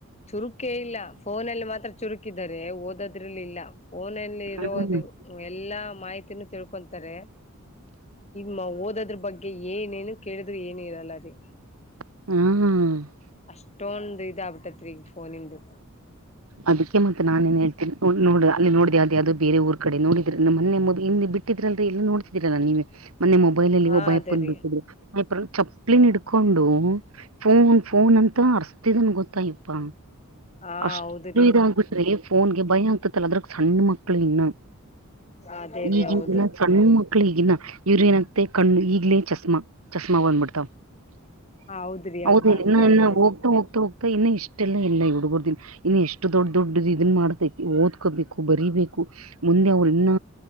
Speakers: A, on the left; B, on the right.
A: ಚುರುಕೇ ಇಲ್ಲ ಫೋನ ಅಲ್ಲಿ ಮಾತ್ರ ಚುರುಕಿದ್ದಾರೆ ಓದೋದ್ರಲ್ಲಿ ಇಲ್ಲ ಫೋನಲ್ಲಿ ಇರೋದು
B: ಹ್ಮ್
A: ಎಲ್ಲಾ ಮಾಹಿತಿನೂ ತಿಳ್ಕೊಂತಾರೆ ಮೊ ಓದೋದ್ರ ಬಗ್ಗೆ ಏನೇನು ಕೇಳಿದ್ರು ಏನ ಇರಲ್ಲ ರೀ
B: <inaudible> <inaudible>
A: ಅಷ್ಟೊಂದು ಇದ ಆಗಾ ಬಿಟ್ಟತ್ರಿ ಈ ಫೋನಿಂದು
B: ಅದಕ್ಕೆ ಮತ್ ನಾನೇನ್ ಹೇಳ್ತೇ ನೋಡ ಅಲ್ಲಿ ನೋಡ್ರ ಯಾವ್ದ ಯಾವ್ದ ಬೇರೆ ಊರ ಕಡೆ ನೋಡ್ರ ನಮ್ಮ ಮಮದ ಹಿಂದ ಬಿಟ್ಟ ಇದ್ರಲ್ರಿ ಇಲ್ಲ ನೋಡ್ತಿದೀರಲ್ಲ ನೀವೇ ಮೊನ್ನೆ ಮೊಬೈಲ್ ಅಲ್ಲಿ
A: ಹಾ
B: ಒಬ್ಬ
A: ಅದೇ
B: ಎಪ್ ಬಂದ
A: ರೀ
B: ಬಿಟ್ಟುದು ಒಬ್ಬರು ಚಪ್ಪಲಿನ್ ಹಿಡ್ಕೊಂಡು ಫೋನ್ ಫೋನ್ ಅಂತ ಅರ್ಸ್ತಿದನ್ ಗೊತ್ತಾಹಿಪ್ಪಾ
A: ಹಾ
B: ಅಷ್ಟು
A: ಹೌದ್ರಿ
B: ಇದ ಆಗ್ಬಿಟ್ರೆ ಫೋನ್ಗೆ ಭಯ ಆಗ್ತತ್ತಲ್ಲ ಅದ್ರ ಸಣ್ಣ ಮಕ್ಳು ಇನ್ನ
A: ಅದೇ
B: <inaudible>
A: ರೀ
B: ಈಗ
A: ಹೌದು
B: ದಿನ ಸಣ್ಣ ಮಕ್ಳು ಈಗ ಇನ್ನ ಯುರಿಯನ್ ಅಂತೇ ಕಣ್ಣು ಈಗ್ಲೇ ಚಸ್ಮಾ ಚಸ್ಮಾ ಬಂದ್ಬಿಡ್ತಾವ <inaudible>
A: ಹೌದ್ರಿ ಹೌದು
B: ಹೌದ
A: ಹಂಗೆ
B: ಇನ್ನು
A: ಆಗಿದ್ದೇರಿ
B: ಇನ್ನು ಹೋಗ್ತಾ ಹೋಗ್ತಾ ಹೋಗ್ತಾ ಇನ್ನು ಇಷ್ಟೆಲ್ಲಾ ಇಲ್ಲ ಹುಡಗುರ ಇನ್ನು ಎಷ್ಟು ದೊಡ್ಡ ದೊಡ್ಡ ಇದನ್ ಮಾಡ್ತತಿ ಓದ್ಕೋಬೇಕು ಬರಿಬೇಕು ಮುಂದೆ ಅವ ಇನ್ನ